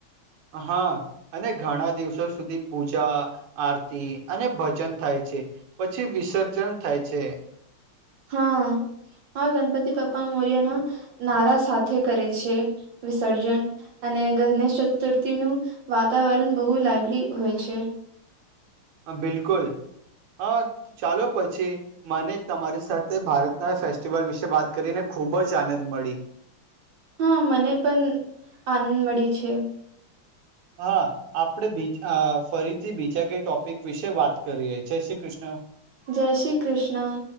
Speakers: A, on the right; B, on the right.
A: હા. અને ઘણા દિવસો સુધી પૂજા આરતી અને ભજન થાય છે. પછી વિસર્જન થાય છે.
B: હા હા ગણપતિ બાપ્પા મોરિયા નારા સાથે કરે છે, વિસર્જન. અને ગણેશ ચતુર્થી નું વાતાવરણ બહુ લાઈવલી હોય છે.
A: હ બિલકુલ હા ચાલો પછી. મને તમારી સાથે ભારતના ફેસ્ટિવલ વિશે વાત કરીને ખુબ જ આનંદ મળી
B: હા મને પણ આનંદ મળી છે
A: હા આપણે બી ફરીથી બીજા કઈ ટોપિક વિશે વાત કરીએ જય શ્રી કૃષ્ણ
B: જય શ્રી કૃષ્ણ